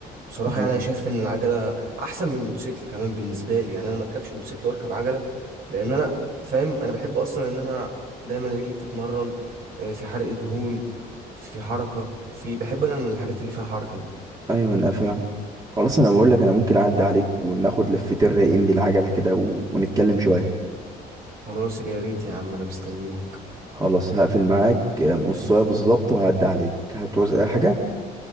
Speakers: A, on the right (about 60°); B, on the right (about 25°).
A: بصراحة
B: مم.
A: يعني أنا شايف إن العجلة أحسن من الموتوسيكل كمان بالنسبة لي يعني أنا مركبش موتوسيكل وأركب عجلة لأن أنا فاهم أنا بحب أصلا إن أنا دايما رجلي بتتمرن آه، في حرق دهون في حركة في بحب أنا من الحاجات اللي فيها حركة دي
B: ايوه انا فاهم خلاص انا بقول لك انا ممكن اعدي عليك وناخد لفتين رايقين بالعجله كده و... ونتكلم شويه
A: خلاص يا ريت يا عم أنا مستنيك
B: خلاص هقفل معاك آه، نص ساعه بالظبط وهعدي عليك هتعوز اي حاجه